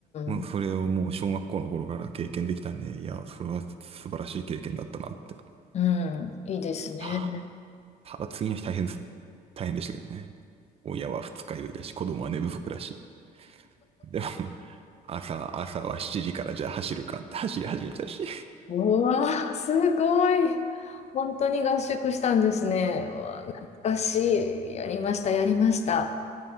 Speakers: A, on the right (about 40°); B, on the left (about 45°).
A: もうそれをもう小学校の頃から経験できたんで、
B: ん、
A: いや、それは素晴らしい経験だったなって
B: うん、いいですね。
A: たただ次の日大変です。大変でしたけどね。親は二日酔いだし、子供は寝不足だし。でも、<laughs> 朝、朝は7時からじゃあ走るかって走り始めたし。
B: うわー、すごい。本当に合宿したんですね。うわー、懐かしい。やりました、やりました。